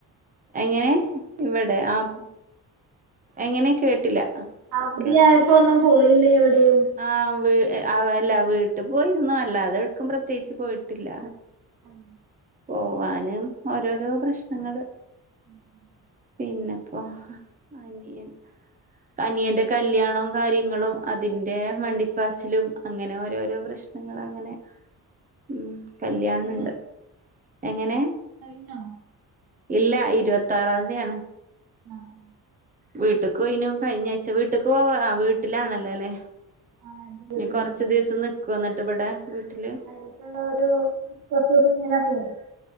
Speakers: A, on the right; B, on the right.
A: എങ്ങനെ ഇവിടെ ആഹ് എങ്ങനെ കേട്ടില്ല.
B: അവധിയായപ്പോ
A: കേൾ
B: ഒന്നും പോയില്ലേ എവിടെയും.
A: ആഹ് വീ അല്ല വീട്ടിൽ പോയിരുന്നു അല്ല അത എടുക്കും പ്രത്യേകിച്ച് പോയിട്ടില്ല.
B: ആഹ്
A: പോവാനും ഓരോരോ പ്രശ്നങ്ങള്
B: ഉം ഉം
A: പിന്നെപ്പോ അനിയൻ. അനിയന്റെ കല്യാണവും കാര്യങ്ങളും അതിന്റെ മണ്ടിപ്പാച്ചലും അങ്ങനെ ഓരോരോ പ്രശ് ഞങ്ങളങ്ങനെ ഉം
B: കല്യാണം
A: കല്യാണണ്ട്.
B: കഴിഞ്ഞോ
A: എങ്ങനെ
B: കഴിഞ്ഞോ
A: ഇല്ല ഇരുപത്തറാന്തിയാണ്.
B: ആഹ്
A: വീട്ടകൊയിനു കഴിഞ്ഞ ആഴ്ച്ച വീട്ടക്ക് പോവാ അ വീട്ടിലാണല്ലോ ല്ലെ.
B: ആ എന്റെ വീട്ടിലല്ല
A: ഇനി കൊറച്ച ദിവസം നിക്കോ എന്നിട്ട് ഇവിടെ വീട്ടില്.
B: <unintelligible> ഒരു കുറച്ചുസം ഇങ്ങനെ <unintelligible>